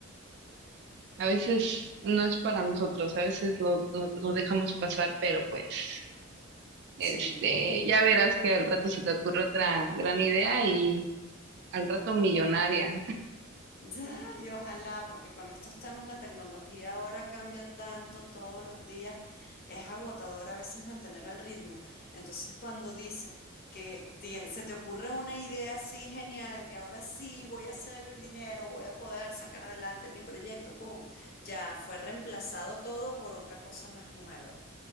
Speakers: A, on the right (about 55°); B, on the left (about 45°).
A: A veces no es para nosotros, a veces lo, lo- lo dejamos pasar, pero pues, este,
B: Sí.
A: ya verás que al rato se te ocurre otra gran idea y al rato millonaria.
B: Ya, y ojalá, porque con estos temas la tecnología ahora cambia tanto todos los días, es agotador a veces mantener al ritmo. Entonces, cuando dices que tie- se te ocurre una idea así genial, que ahora sí voy a hacer el dinero, voy a poder sacar adelante mi proyecto, pum, ya fue reemplazado todo por otra cosa más nueva